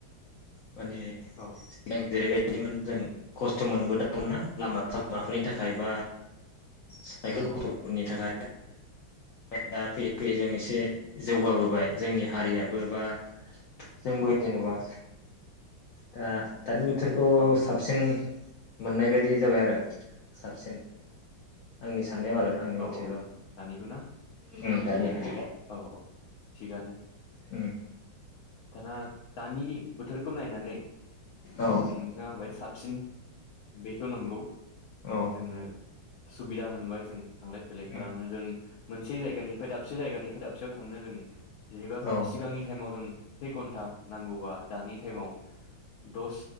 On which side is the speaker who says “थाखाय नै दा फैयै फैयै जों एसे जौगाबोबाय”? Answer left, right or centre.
Left